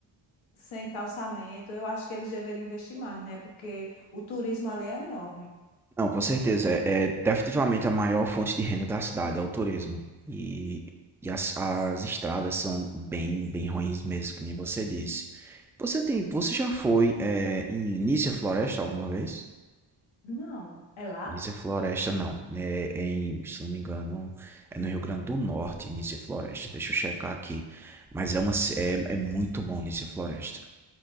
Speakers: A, on the left; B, in the centre.
A: sem calçamento. Eu acho que eles deveriam investir mais, né? Porque o turismo ali é enorme.
B: Não, com certeza. É, é definitivamente a maior fonte de renda da cidade, é o turismo. E, e as, as estradas são bem, bem ruins mesmo, que nem você disse. Você tem, você já foi é, em Nícia Floresta alguma vez?
A: Não, é lá?
B: Nícia Floresta, não. É é em, se não me engano, é no Rio Grande do Norte, Nícia Floresta. Deixa eu checar aqui. Mas é uma, ci- é, é muito bom Nícia Floresta.